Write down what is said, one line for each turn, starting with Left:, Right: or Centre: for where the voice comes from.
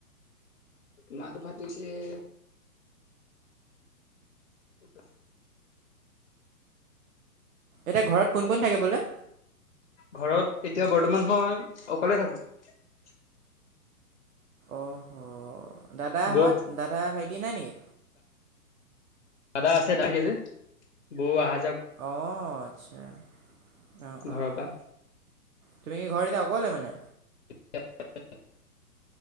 Left: মাতিতো ফাটিছে। <inaudible> <unintelligible>
Right: এতিয়া ঘৰত কোন কোন থাকে বোলে।
Left: ঘৰত এতিয়া বৰ্তমান মই অকলে থাকো।
Right: অঁহ! দাদা
Left: বৌ
Right: হত দাদা ভাইটি নাই নেকি?
Left: আদা আছে দা কেই যে বৌ আহা
Right: অহ আচ্ছা অহ
Left: ঘৰৰ
Right: অহ
Left: পৰা
Right: তুমি কি ঘৰে এতিয়া অকলে মানে।
Left: <unintelligible>